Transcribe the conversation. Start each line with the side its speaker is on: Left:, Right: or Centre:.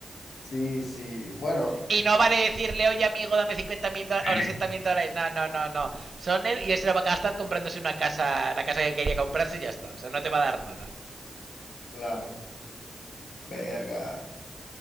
Left: Sí, sí. Bueno,
Right: Y no vale decirle, oye amigo, dame 50 mil dólares
Left: <laughs>
Right: o 60 mil dólares. No, no, no, no. Son él y él se lo va a gastar comprándose una casa, la casa que quería comprarse y ya está. O sea, no te va a dar nada.
Left: claro. Verga.